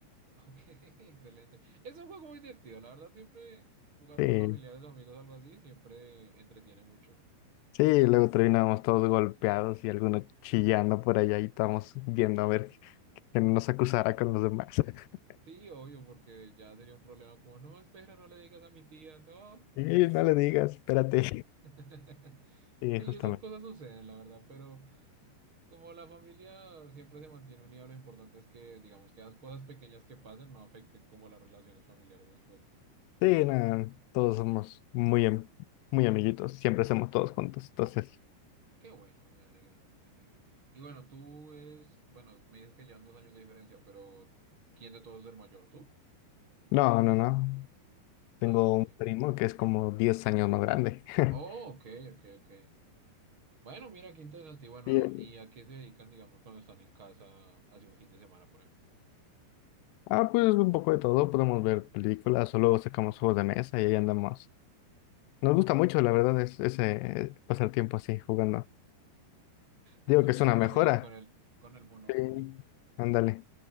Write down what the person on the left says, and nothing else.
Sí,
sí, luego terminábamos todos golpeados y algunos chillando por allá y estábamos viendo a ver que no nos acusara con los demás. <laughs>
Sí, no le digas, espérate.
Sí,
justamente.
Sí, nada, todos somos muy, am- muy amiguitos, siempre hacemos todos juntos, entonces.
No, no, no. Tengo
un primo que es como 10 años más grande. <laughs>
Y, eh,
ah, pues un poco de todo, podemos ver películas o luego sacamos juegos de mesa y ahí andamos. Nos gusta mucho, la verdad, es ese eh, pasar tiempo así jugando.
Digo que es una
mejora.
Sí. Ándale.